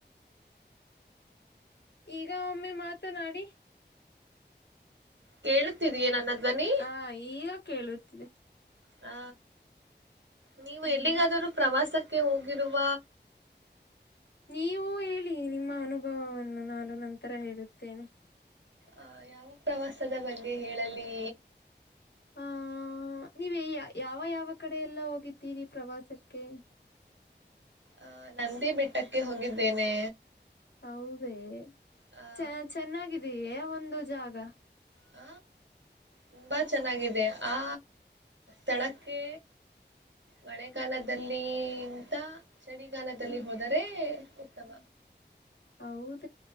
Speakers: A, on the left; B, on the right.
A: ಈಗ ಒಮ್ಮೆ ಮಾತನಾಡಿ.
B: ಕೇಳುತ್ತಿದೆಯೇ ನನ್ನ ಧ್ವನಿ.
A: ಹಾ ಈಗ <inaudible>
B: ಹಾ ನೀವು
A: ಹ್ಮ್
B: ಎಲ್ಲಿಗಾದರೂ ಪ್ರವಾಸಕ್ ಕ್ಕೆ ಹೋಗಿರುವ
A: ನೀವು ಹೇಳಿ ನಿಮ್ಮ ಅನುಭವವನ್ನು ನಾನು ನಂತರ ಹೇಳುತ್ತೇನೆ.
B: ಆ ಯಾವ ಪ್ರವಾಸದ ಬಗ್ಗೆ ಹೇಳಲಿ?
A: ಹಾ ನೀವು ಯಾವ ಯಾವ ಕಡೆ ಎಲ್ಲ ಹೋಗಿದ್ದೀರಿ ಪ್ರವಾಸಕ್ಕೆ?
B: ಆ ನಂದಿ ಬೆಟ್ಟಕ್ಕೆ ಹೋಗಿದ್ದೇನೆ.
A: ಹೌದೇ
B: ಆ
A: ಚ ಚೆನ್ನಾಗಿದೆಯೆ? ಒಂದು ಜಾಗ
B: ಹ ತುಂಬಾ ಚೆನ್ನಾಗಿದೆ ಆ ತಳಕ್ಕೆ ಮಳೆಗಾಲದಲ್ಲಿಂತ ಚಳಿಗಾಲದಲ್ಲಿ
A: ಹ್ಮ್
B: ಹೋದರೆ ಉತ್ತಮ.
A: ಹೌದ್-